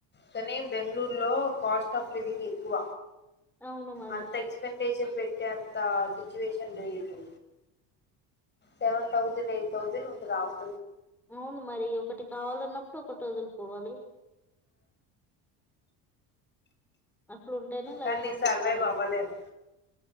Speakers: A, on the left (about 30°); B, in the centre.
A: కానీ బెంగళూరు లో కాస్ట్ ఆఫ్ లివింగ్ క్కువ
B: అవును మరి
A: అంత ఎక్స్పెంటేషర్ పెట్టె అంత సిచ్చువెషన్ లెదు సెవెన్ థౌసండ్ ఎయిట్ థౌసండ్ ఉంటది అవస
B: అవును మరి ఒకటి కావాలన్నప్పుడు ఒకటి వదులుకోవాలి అట్లుంటేనే లైఫ్
A: కానీ నేను
B: లో సెట్
A: సర్వైవ్
B: అవుతారు
A: అవ్వలేను